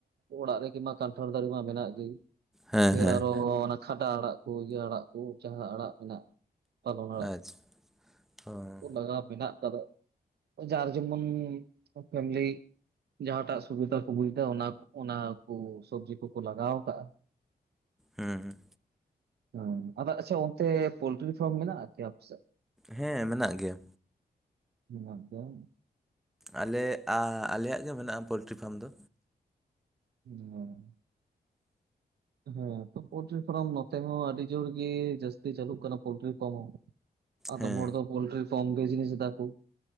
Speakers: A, on the right; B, in the centre.
A: ᱚᱲᱟᱜ ᱨᱮᱜᱮ ᱢᱟ ᱠᱟᱱᱴᱷᱟᱲ ᱫᱟᱨᱮ ᱢᱟ ᱢᱮᱱᱟᱜ ᱜᱮ
B: ᱦᱮᱸ
A: ᱯᱷᱤᱨ
B: ᱦᱮᱸ
A: ᱟᱨᱚ ᱠᱷᱟᱰᱟ ᱟᱲᱟᱜ ᱠᱚ ᱤᱭᱟᱹ ᱟᱲᱟᱜ ᱠᱚ ᱡᱟᱦᱟᱸ ᱟᱲᱟᱜ ᱢᱮᱱᱟᱜ ᱯᱟᱞᱚᱱ ᱟᱲᱟᱜ
B: ᱟᱪᱪᱷᱟ ᱚ ᱦᱩᱸ
A: ᱞᱟᱜᱟᱣ ᱢᱮᱱᱟᱜ <unintelligible> ᱡᱟᱨ ᱡᱮᱢᱚᱱ ᱯᱷᱮᱢᱞᱤ ᱡᱟᱦᱟᱸᱴᱟᱜ ᱥᱩᱵᱤᱫᱟ ᱠᱚ ᱵᱩᱡᱽ ᱫᱟ᱾ ᱚᱱᱟ ᱚᱱᱟ ᱠᱚ ᱥᱚᱵᱽᱡᱤ ᱠᱚᱠᱚ ᱞᱟᱜᱟᱣ ᱟᱠᱟᱜᱼᱟ᱾
B: ᱦᱮᱸ
A: ᱦᱮᱸ ᱟᱫᱚ ᱟᱪᱪᱷᱟ ᱚᱱᱛᱮ ᱯᱳᱞᱴᱨᱤ ᱯᱷᱟᱨᱢ ᱢᱮᱱᱟᱜᱼᱟ ᱠᱤ ᱟᱯᱮ ᱥᱮ?
B: ᱦᱮᱸ ᱢᱮᱱᱟᱜ ᱜᱮᱭᱟ᱾
A: ᱢᱮᱱᱟᱜ ᱜᱮᱭᱟ᱾
B: ᱟᱞᱮ ᱟ ᱟᱞᱮᱭᱟᱜ ᱜᱮ ᱢᱮᱱᱟᱜᱼᱟ ᱯᱳᱞᱴᱨᱤ ᱯᱷᱟᱨᱢ ᱫᱚ᱾
A: <unintelligible> ᱦᱮᱸ ᱛᱚ ᱯᱳᱞᱴᱨᱤ ᱯᱷᱟᱨᱢ ᱱᱚᱛᱮ ᱦᱚᱸ ᱟᱹᱰᱤ ᱡᱳᱨ ᱜᱮ ᱡᱟᱹᱥᱛᱤ ᱪᱟᱹᱞᱩᱜ ᱠᱟᱱᱟ ᱯᱳᱞᱴᱨᱤ ᱯᱷᱟᱨᱢ ᱦᱚᱸ᱾ ᱟᱫᱚᱢ
B: ᱦᱮᱸ
A: ᱦᱚᱲ ᱫᱚ ᱯᱳᱞᱴᱨᱤ ᱯᱷᱚᱨᱢ ᱵᱮᱡᱱᱮᱥ ᱫᱟᱠᱚ᱾